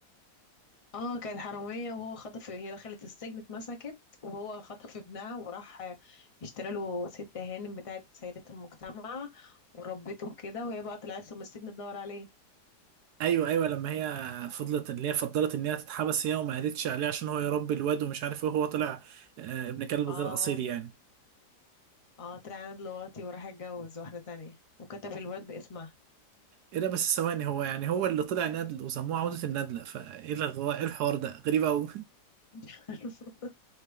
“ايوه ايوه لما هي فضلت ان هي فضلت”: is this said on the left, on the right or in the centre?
Right